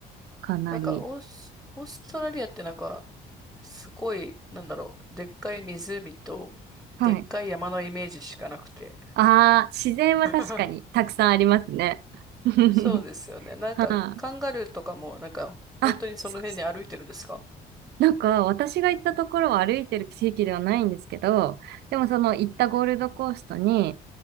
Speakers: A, on the right (about 75°); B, in the centre.
A: かなり。
B: なんかオース、オーストラリアってなんか、すごい、なんだろう、でっかい湖と、
A: はい。
B: でっかい山のイメージしかなくて。
A: ああ、自然は確かにたくさんありますね。
B: <laughs>
A: <laughs>
B: そうですよね。なんか、
A: はい。
B: カンガルーとかも、なんか、
A: あ、
B: 本当にその辺に歩いてるんですか
A: そうなんか、私が行ったところは歩いてる地域ではないんですけど、でもその行ったゴールドコーストに、
B: うん